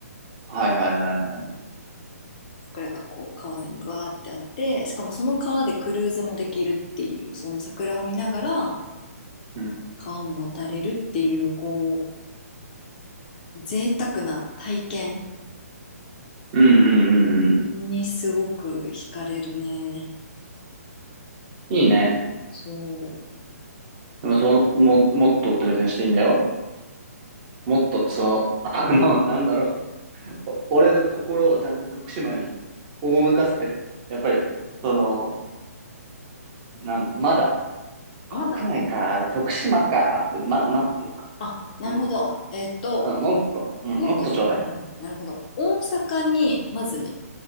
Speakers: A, on the right; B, on the left.
A: はいはいはいはい。
B: 桜がこう川沿いにブワーってあってしかもその川でクルーズもできるっていうその桜を見ながら
A: うん。
B: 川も渡れるっていうこう贅沢な体験
A: うんうんうんうん。
B: にすごく惹かれるね
A: いいね。
B: そ
A: でもそう、も、もっとプレゼンしていいんだよ。もっと、その、あの、なんだろう。お俺の心をちゃんと徳島に赴かせて。やっぱり、その、なんだ、まだ、
B: うまだ
A: 国内か、徳島か、って、まだなってるか。
B: あなるほどえっと
A: うん。あもっと、うん、
B: もっとね、
A: もっとちょうだい。
B: はいはいなるほど大阪にまずね